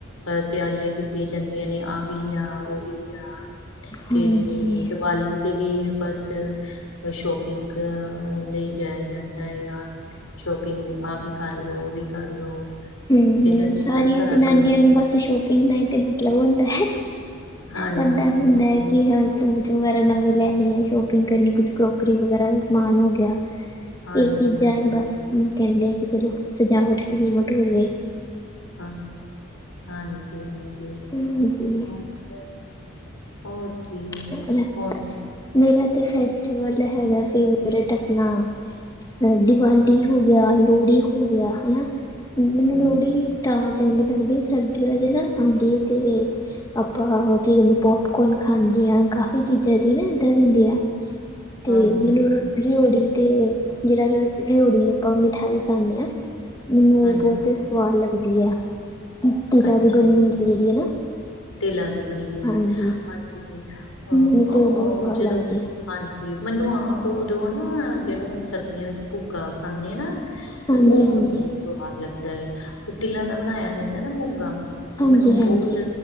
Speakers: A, on the left; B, on the left.
A: ਅ ਤਿਆਰੀਆਂ ਕੀਤੀਆਂ ਜਾਂਦੀਆਂ ਨੇ, ਆਹ ਵੀ ਲਿਆ ਉਹ ਵੀ ਲਿਆ। ਤੇ
B: ਹਾਂਜੀ
A: ਦਵਾਲੀ ਤੇ ਵੀ ਬਸ ਸ਼ੋਪਿੰਗ ਲਈ ਜਾਇਆ ਜਾਂਦਾ ਆ। ਸ਼ੋਪਿੰਗ ਆਹ ਵੀ ਕਰ ਲੋ, ਉਹ ਵੀ ਕਰ ਲੋ।
B: ਹੂੰ-ਹੂੰ,
A: ਪਹਿਲਾਂ ਤੇ
B: ਸਾਰੀਆਂ
A: ਘ- ਘਰਾਂ
B: ਜਨਾਨੀਆਂ
A: ਦੇ
B: ਨੂੰ ਬਸ ਸ਼ੋਪਿੰਗ ਨਾਲ ਹੀ ਤੇ ਮਤਲਬ ਹੁੰਦਾ।
A: ਹਾਂਜੀ
B: ਬੰਦਾ
A: ਹਾਂਜੀ
B: ਹੁੰਦਾ ਹੈ, ਕਿ ਹੋਰ ਸੂਟ ਵਗੈਰਾ ਨਵੇਂ ਲੈਣੇ ਐ, ਸ਼ੋਪਿੰਗ ਕਰਨੀ, ਕੁਛ ਕਰੋਕਰੀ ਵਗੈਰਾ ਦਾ ਸਮਾਨ ਹੋ ਗਿਆ।
A: ਹਾਂਜੀ
B: ਇਹ ਚੀਜ਼ਾਂ
A: ਹਾਂਜੀ
B: ਹੀ ਬਸ ਕਹਿੰਦੇ ਆ, ਕਿ ਚਲੋ ਸਜਾਵਟ ਸੁਜਾਵਟ ਹੋਵੇ।
A: ਹਾਂ, ਹਾਂਜੀ- ਹਾਂਜੀ
B: ਹਾਂਜੀ
A: ਬਸ ਹੋਰ ਕੀ ਏ,
B: ਹੋਰ
A: ਹੁਣ
B: ਮੇਰਾ ਤੇ ਫੈਸ ਇਹ ਵਾਲਾ ਹੈਗਾ ਫੇਵਰੇਟ ਆਪਣਾ। ਅਹ ਦੀਵਾਲੀ ਹੋ ਗਿਆ, ਲੋਹੜੀ ਹੋ ਗਿਆ ਹਨਾ, ਮੈਨੂੰ
A: ਹਮ
B: ਲੋਹੜੀ ਤਾਂ ਚੰਗੀ ਲੱਗਦੀ ਏ, ਸਰਦੀਆਂ ਚ ਨਾ ਆਂਦੀ ਤੇ। ਆਪਾਂ ਹੋਰ ਕੀਦੇ ਪੋਪਕੋਨ ਖਾਣ ਦੀਆਂ ਕਾਫੀ ਚੀਜ਼ਾਂ ਦੀ ਨਾ ਇੱਦਾਂ ਦੀ ਹੁੰਦੇ ਆ, ਤੇ
A: ਹਾਂਜੀ
B: ਮੈਨੂੰ ਲੋਹੜੀ ਤੇ ਜਿਹੜਾ ਰਿਓ ਰਿਓੜੀ ਆਪਾਂ ਮਿਠਾਈ ਖਾਂਨੇ ਹਾਂ। ਮੈਨੂੰ
A: ਹਾਂਜੀ
B: ਉਹ ਬਹੁਤ ਸਵਾਦ ਲੱਗਦੀ ਐ, ਤਿਲਾਂ
A: ਅੱਛਾ
B: ਦੀ ਬਣੀ
A: ਜੀ
B: ਹੁੰਦੀ ਐ ਜਿਹੜੀ ਹੈ ਨਾ।
A: ਤਿਲਾਂ ਦੀ ਬਣੀ
B: ਹਾਂਜੀ
A: ਐ, ਹਾਂਜੀ ਅਹ
B: ਮੈਨੂੰ
A: ਉਹ
B: ਤਾਂ ਬਹੁਤ ਸਵਾਦ
A: ਜਦੋਂ
B: ਲੱਗਦੀ
A: ਹਾਂਜੀ ਮੈਨੂੰ ਆਪ ਉਦੋਂ ਨਾ, ਜਿਹੜਾ ਸਰਦੀਆਂ ਵਿੱਚ ਭੁੱਗਾ ਖਾਂਦੇ ਆ ਨਾ ਤੇ
B: ਹਾਂਜੀ
A: ਉਹ ਮੈਨੂੰ
B: ਹਾਂਜੀ
A: ਬਹੁਤ ਸਵਾਦ ਲੱਗਦਾ, ਉਹ ਤਿਲਾਂ ਦਾ ਬਣਾਇਆ ਜਾਂਦਾ ਨਾ ਮੋਗਾ
B: ਹਾਂਜੀ
A: ਮੈਨੂੰ
B: ਹਾਂਜੀ
A: ਬੋਤ-